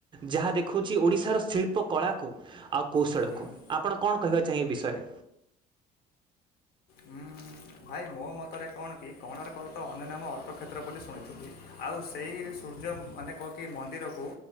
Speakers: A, on the right; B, on the left.
A: ଯାହା ଦେଖୁଛି ଓଡ଼ିଶାର ଶିଳ୍ପ ଉପକଳାକୁ ଆଉ କୌଶଳକୁ
B: ଅଛି ହୁଁ
A: ଆପଣ କଣ କହିବା ଚାହେଁ ଏ ବିଷୟରେ?
B: ଉଁ, ଭାଇ ମୋ ମତରେ କଣ କି କୋଣାର୍କର ତ ଅନ୍ୟ ନାମ ଅର୍କକ୍ଷେତ୍ର ବୋଲି ଶୁଣିଥିଲି। ଆଉ ସେଇ ସୂର୍ଯ୍ୟ ମାନେ କଁ କି ମନ୍ଦିରକୁ